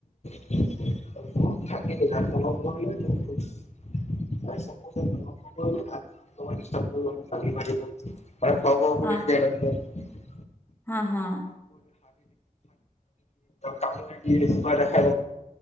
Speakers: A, on the left (about 50°); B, on the left (about 15°).
A: <inaudible> <unintelligible> মানে খোৱা বোৱা কৰিও থাকে। <unintelligible>
B: হা
A: <unintelligible> <unintelligible>
B: হা হা
A: কামোৰে দিয়ে চোমা দেখাই